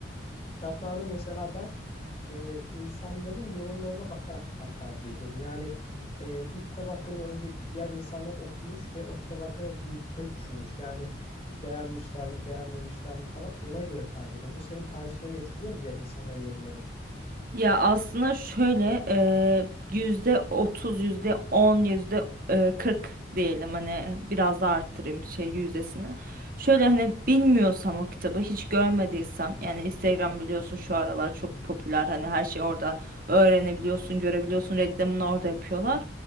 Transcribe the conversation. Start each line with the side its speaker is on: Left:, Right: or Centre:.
Left: Kitaplarda mesela ben e, insanların yorumlarına bakarak kitap tercih ediyorum. Yani e, bir kitap hakkında önce diğer insanlar okumuş ve o kitap hakkında ne düşünmüş? Yani beğenmişler mi, beğenmemişler mi falan ona göre tercih ediyorum. Bu senin tercihlerini etkiliyor mu diğer insanların yorumları?
Right: Ya aslında şöyle eee yüzde otuz, yüzde on, yüzde kırk diyelim hani biraz da arttırayım şey yüzdesini. Şöyle hani bilmiyorsam o kitabı hiç görmediysem yani Instagram biliyorsun şu aralar çok popüler hani her şeyi orada öğrenebiliyorsun, görebiliyorsun reklamını orada yapıyorlar.